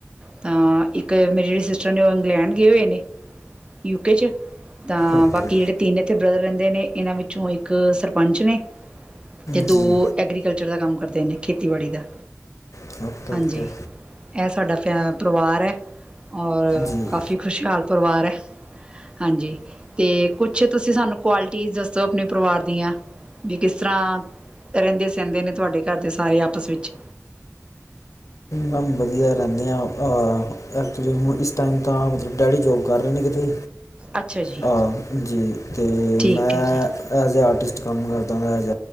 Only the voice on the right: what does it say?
ਤਾਂ ਇੱਕ ਮੇਰੇ ਜਿਹੜੇ ਸਿਸਟਰ ਨੇ ਉਹ ਇੰਗਲੈਂਡ ਗਏ ਹੋਏ ਨੇ। ਯੂਕੇ ' ਤਾਂ
ਬਾਕੀ ਜਿਹੜੇ ਤਿੰਨ ਇੱਥੇ ਬ੍ਰਦਰ ਰਹਿੰਦੇ ਨੇ ਇਹਨਾਂ ਵਿੱਚੋਂ ਇੱਕ ਸਰਪੰਚ ਨੇ। ਅਤੇ
ਦੋ ਐਗਰੀਕਲਚਰ ਦਾ ਕੰਮ ਕਰਦੇ ਨੇ ਖੇਤੀਬਾੜੀ ਦਾ।
ਹਾਂਜੀ
ਇਹ ਸਾਡਾ ਫੈ ਪਰਿਵਾਰ ਹੈ, ਔਰ
ਕਾਫੀ ਖੁਸ਼ਹਾਲ ਪਰਿਵਾਰ ਹੈ ਕਸ ਹਾਂਜੀ। ਤੇ ਕੁਛ ਤੁਸੀਂ ਸਾਨੂੰ ਕੁਆਲਿਟੀ ਦੱਸੋ ਆਪਣੇ ਪਰਿਵਾਰ ਦੀਆਂ। ਵੀ ਕਿਸ ਤਰ੍ਹਾਂ ਰਹਿੰਦੇ- ਸਹਿੰਦੇ ਨੇ ਤੁਹਾਡੇ ਘਰ ਦੇ ਸਾਰੇ ਆਪਸ ਵਿੱਚ।
ਅੱਛਾ ਜੀ
ਠੀਕ
ਹੈ ਜੀ